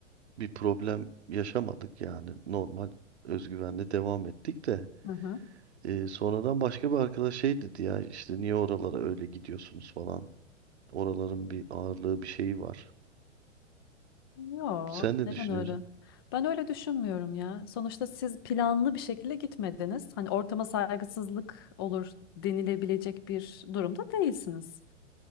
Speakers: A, on the right; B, on the left.
A: bir problem yaşamadık yani normal özgüvenle devam ettik de.
B: Hı hı.
A: Ee, sonradan başka bir arkadaş şey dedi ya işte niye oralara öyle gidiyorsunuz falan. Oraların bir ağırlığı bir şeyi var.
B: Yo,
A: Sen ne
B: neden
A: düşünüyorsun?
B: öyle? Ben öyle düşünmüyorum ya. Sonuçta siz planlı bir şekilde gitmediniz. Hani ortama saygısızlık olur denilebilecek bir durumda değilsiniz.